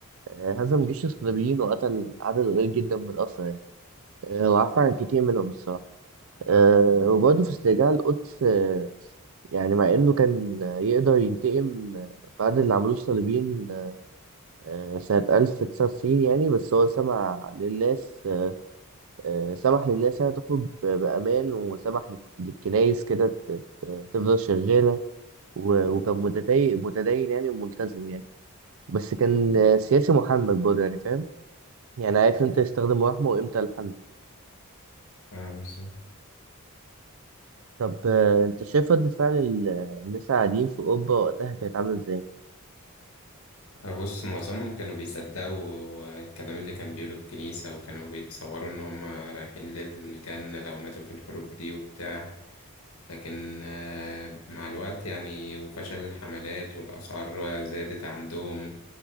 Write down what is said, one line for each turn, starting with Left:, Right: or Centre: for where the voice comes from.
Right: آه، هزم جيش الصليبيين وقتل عدد قليل جدا من الأسرى يعني آه، وعفى عن كتير منهم الصراحة آه، وبرضه في استرجاع القدس آه، يعني مع انه كان يقدر ينتقم بعد اللي عملوه الصليبيين آه، سنة 1990 يعني بس هو سمع للناس آه، سمح للناس انها تخرج بأمان وسمح للكنايس كده ت- تفضل شغالة و- وكان متدين متدين يعني وملتزم يعني بس كان آه، سياسي محنك برضه يعني فاهم يعني عارف امتى يستخدم رحمه وامتى الحل
Left: اه بالظبط
Right: طب آه، انت شايف ردة فعل ال- الناس العاديين في أوروبا وقتها كانت عاملة ازاي؟
Left: آه، بص معظمهم كانوا بيصدقوا الكلام اللي كان بيقوله الكنيسة وكانوا بيتصوروا ان هم رايحين للجنة لو ماتوا في الحروب دي وبتاع لكن آه، مع الوقت يعني وفشل الحملات والاسعار زادت عندهم